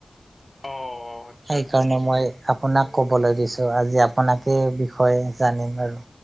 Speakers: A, on the left (about 35°); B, on the right (about 65°).
A: অ' আচ্ছা
B: সেই
A: আচ্ছা
B: কাৰণে
A: আচ্ছা
B: মই আপোনাক, ক'বলৈ দিছোঁ আজি আপোনাকেই বিষয়ে জানিম আৰু